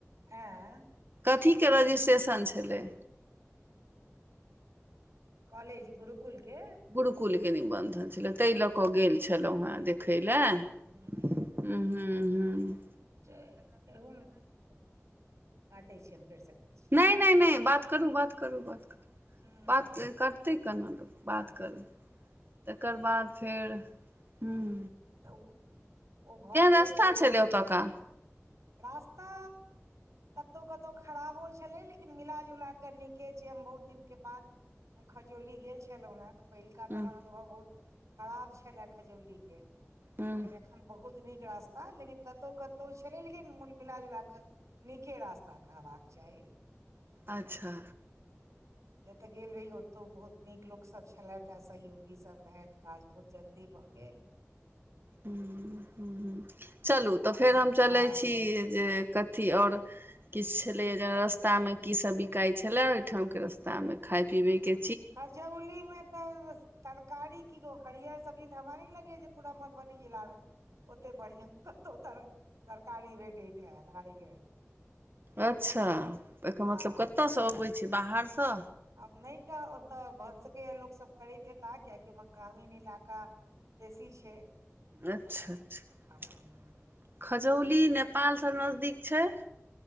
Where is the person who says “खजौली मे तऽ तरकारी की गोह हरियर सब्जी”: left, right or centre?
Right